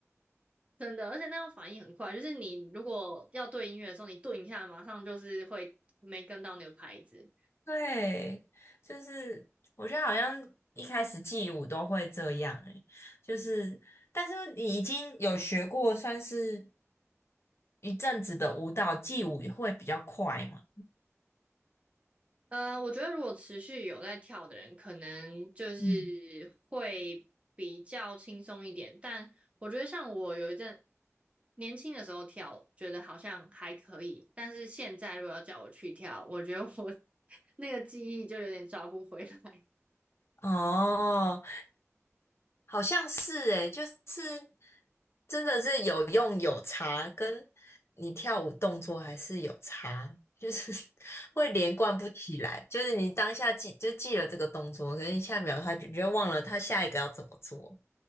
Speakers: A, on the right (about 25°); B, on the left (about 55°).
A: 真的，而且那样反应很快。就是你如果要对音乐的时候，你顿一下，马上就是会没跟到那个拍子。
B: 对，就是我觉得好像一开始记舞都会这样欸，就是但是你已经有学过算是一阵子的舞蹈，记舞也会比较快嘛。
A: 呃，我觉得如果持续有在跳的人，可能就是会比较轻松一点。
B: 嗯。
A: 但我觉得像我有一阵年轻的时候跳，觉得好像还可以。但是现在如果要叫我去跳，我觉得我 <laughs> 那个记忆就有点抓不回来。
B: 哦，好像是诶，就是真的是有用有差，跟你跳舞动作还是有差，就是 <laughs> 会连贯不起来。就是你当下记就记了这个动作，可是下一秒他就你就忘了他下一个要怎么做。